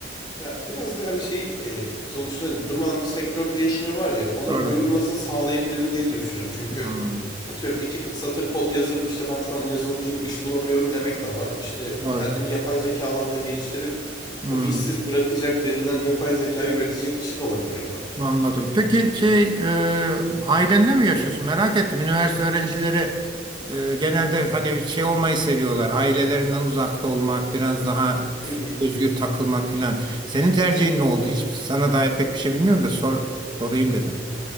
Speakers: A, on the left (about 30°); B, on the right (about 25°).
A: Ya biraz da hani şey e, sonuçta durmadan bir sektör değişimi var ya ona
B: Doğru.
A: uyum nasıl sağlayabilirim diye de düşünüyorum. Çünkü
B: Hmm,
A: atıyorum iki k- satır kod yazıp işte ben şu an yazılımcıyım iş bulamıyorum demek de var. İşte
B: doğru.
A: kendimi yapay zeka alanında geliştirip
B: Hmm.
A: o işsiz bırakacak denilen yapay zekayı üretecek kişi de olabilmek var.
B: Anladım. Peki şey e, ailenle mi yaşıyorsun? Merak ettim. Üniversite öğrencileri e, genelde hani şey olmayı seviyorlar. Ailelerinden uzakta olmak, biraz daha
A: <laughs>
B: özgür takılmak filan. Senin tercihin ne oldu? Hiç sana dair pek bir şey bilmiyorum da sor, sorayım dedim.
A: Hı.